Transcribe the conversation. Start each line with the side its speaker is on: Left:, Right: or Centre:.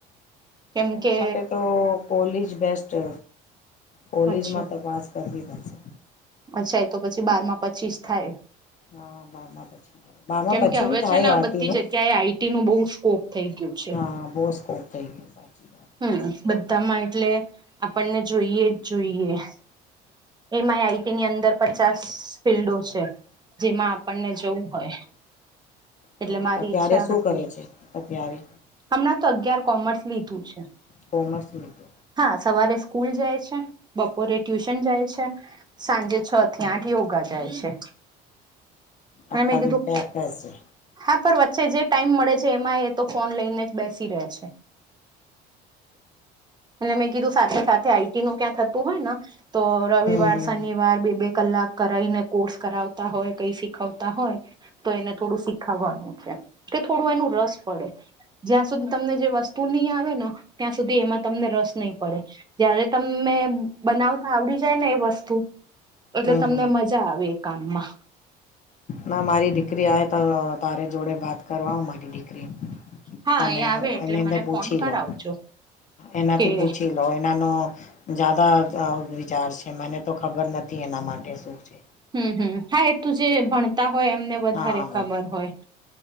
Right: કેમ
Left: એના
Right: કે
Left: માટે તો કોલેજ બેસ્ટ છે કોલેજમાં
Right: અચ્છા
Left: તપાસ કરવી પડશે.
Right: અચ્છા એ તો પછી બારમાં પછી જ થાય.
Left: હા બારમાં પછી થાય. બારમાં
Right: કેમ
Left: પછી
Right: કે હવે
Left: બી થાય
Right: છે ને
Left: આઈટી
Right: બધી
Left: નો
Right: જગ્યાએ આઈટી નું બહુ સ્કોપ થઈ ગયું છે
Left: હા બહુ સ્કોપ થઈ ગયો. સાચી વાત
Right: હમ્મ બધામાં એટલે આપણને જોઈએ જ જોઈએ. એમાં આઈટીની અંદર પચાસ ફિલ્ડો છે જેમાં આપણને જવુ હોય. એટલે
Left: તો
Right: મારી
Left: અત્યારે
Right: ઈચ્છા
Left: શું
Right: હતી.
Left: કરે છે અત્યારે
Right: હમણાં તો અગિયાર કોમર્સ લીધું છે.
Left: કોમર્સ લીધું.
Right: હા સવારે સ્કૂલ જાય છે બપોરે ટ્યુશન જાય છે. સાંજે છ થી આઠ યોગા જાય છે. હા
Left: આખા
Right: મે કીધું
Left: દિન પેક કરશે
Right: હા પરવા વચ્ચે જે ટાઈમ મળે છે એમાં એ તો ફોન લઈને જ બેસી રહે છે. અને મેં કીધું સાથે સાથે આઈટી નું ક્યાં થતું હોય ન તો રવિવાર
Left: હમ હમ
Right: શનિવાર બે બે કલાક કરાઈને કોર્સ કરાવતા હોય કંઈ શીખવતા હોય તો એને થોડું શીખાવવાનું છે. કે થોડું એનું રસ પડે. જ્યાં સુધી તમને જે વસ્તુ નય આવે ને ત્યાં સુધી એમાં તમને રસ નહીં પડે. જયારે તમમે બનાવતા આવડી જાય ને એ વસ્તુ એટલે
Left: હમ
Right: તમને
Left: હમ
Right: મજા આવે એ કામમાં
Left: ના મારી દીકરી આવે તો તારે જોડે વાત કરાવું મારી દીકરીને
Right: હા
Left: અને
Right: એ આવે એટલે
Left: એને
Right: મને
Left: મેં પૂછી
Right: ફોન કરાવજો
Left: લવ. એનાથી
Right: કે
Left: પૂછી લો એ. એનો જ્યાદા આવો વિચાર છે. મને તો ખબર નથી એના માટે શું છે?
Right: હમ્મ હમ્મ હા એ તો જે ભણતા હોય એમને વધારે
Left: હા
Right: ખબર હોય